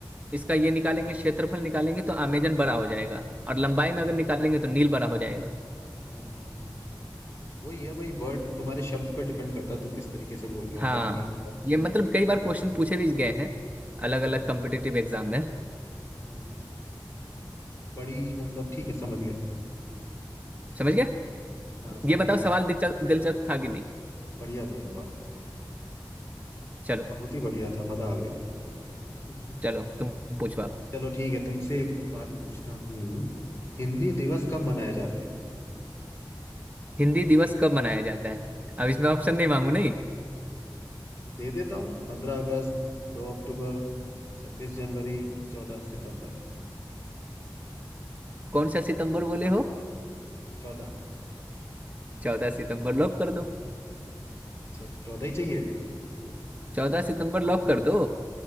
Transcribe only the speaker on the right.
इसका ये निकालेंगे क्षेत्रफल निकालेंगे तो अमेजन बड़ा हो जाएगा और लंबाई में अगर निकालेंगे तो नील बड़ा हो जाएगा
हाँ
ये मतलब
कई बार क्वेश्चन
पूछे भी गए हैं अलग
अलग
कॉम्पिटिटिव एग्जाम में
समझ गए
ये बताओ
सवाल दिलचस्प दिलचस्प था कि नहीं
चलो
चलो
तुम पूछो आप
हिंदी दिवस कब मनाया जाता है अब इसमें
ऑप्शन नहीं मांगू नहीं
कौन सा सितंबर बोले हो
चौदह सितंबर लॉक कर दो
चौदह सितंबर लॉक कर दो